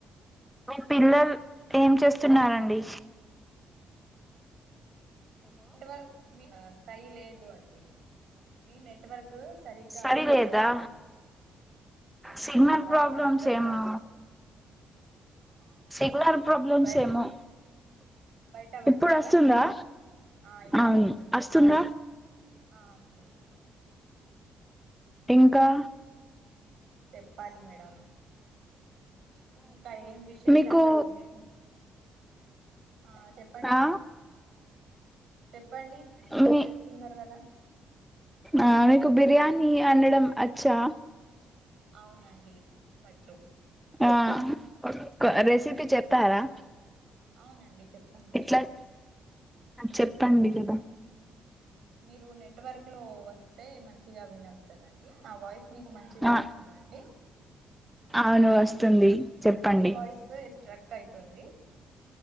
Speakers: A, in the centre; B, on the right.
A: మీ పిల్లలు ఏం చేస్తున్నండి
B: నెట్వర్క్ సై లేదు అండి మీ నెట్వర్క్ సరిగ్గా
A: సరి
B: వస్తలేదండి
A: లేదా
B: అవునండి
A: సిగ్నల్
B: వాయిస్
A: ప్రాబ్లమ్స్
B: స్ట్రక్
A: ఏమో
B: అవుతుంది ఆ అవునండి
A: సిగ్నల్ ప్రాబ్లమ్
B: మీరు బయ
A: ఏమో
B: బయట వచ్చారా
A: ఇప్పుడు వస్తుందా
B: ఆ ఇప్పుడు
A: అవును
B: వస్తుంది
A: వస్తుంద
B: ఆ వస్తుంది
A: ఇంకా.
B: చెప్పాలి. మేడం ఇంకా ఏం విశేషాలు
A: మీకు
B: మీకు. ఆహ్ చెప్పండి.
A: ఆ
B: చెప్పండి ఏమో
A: మీ
B: చెప్తున్నారు కదా.
A: ఆ మీకు బిర్యానీ అనడం అచ్చా.
B: అవునండి వచ్చు.
A: ఆహ్ రెసిపీ. కు చెప్తారా
B: అవునండి చెప్తాం కదా
A: ఎట్లా చెప్పండి కదా.
B: మీరు నెట్వర్క్ లో వస్తే మంచిగా వినస్తాదండి నా వాయిస్. నీకు మంచిగవస్తుందా
A: ఆ
B: అండి
A: అవును వస్తుంది. చెప్పండి
B: మీ వాయిసే స్ట్రక్ అయితుంది.